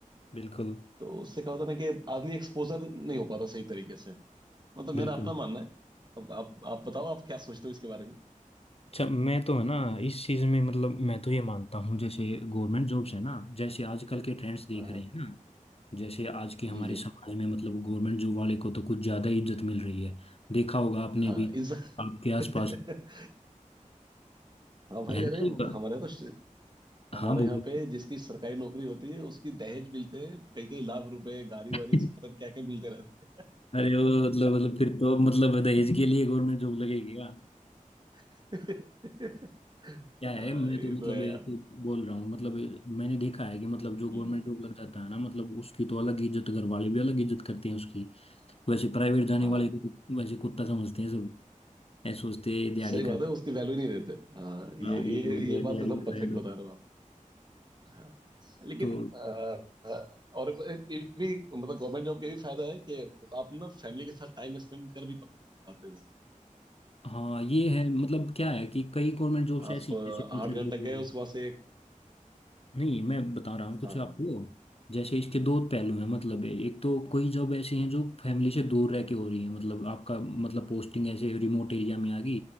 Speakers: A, on the left; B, on the right.
A: बिल्कुल
B: तो उससे क्या होता है ना कि आदमी एक्सपोजर नहीं हो पाता सही तरीके से मतलब मेरा
A: बिल्कुल
B: अपना मानना है अब आप आप बताओ आप क्या सोचते हो इसके बारे में
A: अच्छा मैं तो है ना इस चीज में मतलब मैं तो ये मानता हूँ जैसे गवर्नमेंट जॉब्स है ना जैसे आजकल के ट्रेंड्स देख
B: हाँ
A: रहे
B: हाँ
A: हैं ना जैसे आज के हमारे
B: जी जी
A: समाज में मतलब गवर्नमेंट जॉब वाले को तो कुछ ज्यादा ही इज्जत मिल रही है देखा होगा आपने
B: हाँ
A: भी
B: इस
A: आपके आसपास
B: <laughs> हाँ भाई
A: है ना
B: अरे
A: ये ब-
B: हमारे यहाँ तो श- हमारे
A: हाँ बोलो
B: यहाँ पे जिसकी सरकारी नौकरी होती है उसकी दहेज मिलते हैं कई कई लाख रुपए गाड़ी
A: <laughs>
B: वाड़ी सब पता नहीं क्या क्या मिलते रहते
A: अरे वो मतलब मतलब फिर तो मतलब दहेज के लिए गवर्नमेंट जॉब लगेगी क्या?
B: हैं। <laughs>
A: क्या है
B: हाँ,
A: मैं
B: ये
A: तो मतलब
B: तो है
A: ऐसे
B: यार
A: बोल रहा हूँ मतलब मैंने देखा है कि मतलब जो गवर्नमेंट
B: हम्म
A: जॉब लग जाता है ना मतलब उसकी तो अलग इज्जत घर वाले भी अलग इज्जत करते हैं उसकी वैसे प्राइवेट जाने
B: हाँ
A: वाले को तो वैसे कुत्ता समझते हैं सब ऐसे सोचते हैं "ये दिहाड़ी
B: सही बात
A: कर
B: है उसकी वैल्यू नहीं देते हाँ
A: हाँ
B: ये
A: ये
B: ये
A: बोलते
B: ये
A: हैं दिहाड़ी
B: बात तो एकदम
A: कर
B: परफेक्ट
A: रहे हैं तो
B: बता रहे हो आप हाँ लेकिन
A: तो
B: अ, और ये भी मतलब गवर्नमेंट जॉब का ये भी फायदा है कि आप ना फैमिली के साथ टाइम स्पेंड कर भी पाते हो
A: हाँ ये है मतलब क्या है कि कई गवर्नमेंट जॉब्स
B: आप
A: ऐसी हैं,
B: अ,
A: जैसे टीचर
B: आठ घंटे
A: की जॉब
B: गए
A: है
B: उसके बाद से
A: नहीं मैं बता रहा हूँ कुछ
B: हाँ
A: आपको जैसे इसके दो पहलू हैं मतलब एक तो कोई जॉब ऐसी हैं जो फैमिली से दूर रह के हो रही है मतलब आपका मतलब पोस्टिंग ऐसे रिमोट एरिया में आ गई